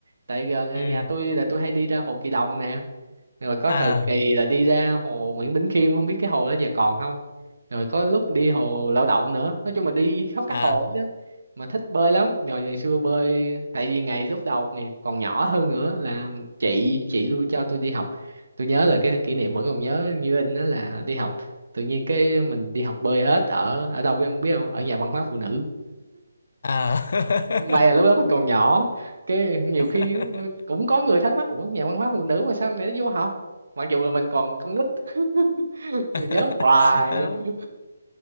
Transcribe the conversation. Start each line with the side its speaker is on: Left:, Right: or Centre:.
Right: tại gần
Left: ừ
Right: nhà tôi là tôi hay đi ra Hồ Kỳ Đồng nè rồi có
Left: à
Right: thời kỳ là đi ra hồ Nguyễn Bỉnh Khiêm không biết cái hồ đó giờ còn không rồi có lúc đi hồ Lao Động nữa nói chung là đi khắp các
Left: à
Right: hồ đó mà thích bơi lắm rồi ngày xưa bơi tại vì ngày lúc đầu ngày còn nhỏ hơn nữa là chị chị tôi cho tôi đi học tôi nhớ là cái kỷ niệm vẫn còn nhớ như in đó là đi học tự nhiên cái mình đi học bơi ếch ở ở đâu biết không biết không ở nhà văn hóa phụ nữ
Left: à
Right: may là lúc đó mình còn nhỏ cái nhiều khi
Left: <laughs>
Right: cũng có người thắc mắc ủa nhà văn hóa phụ nữ mà sao này nó vô học mặc dù là mình còn con nít <laughs> Tôi
Left: <laughs>
Right: nhớ hoài luôn